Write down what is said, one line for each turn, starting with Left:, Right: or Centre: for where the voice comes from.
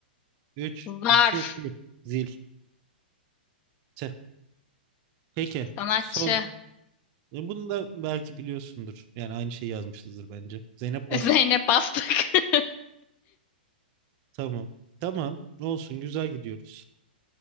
Right: 3,
Left: Zarf.
Right: 2, 1. Zil. Tüh. Peki.
Left: Sanatçı.
Right: Son. E, Bunu da belki biliyorsundur. Yani aynı şeyi yazmışızdır bence. Zeynep
Left: <laughs>
Right: bastı.
Left: Zeynep Bastık. <laughs>
Right: Tamam. Tamam. Olsun. Güzel gidiyoruz.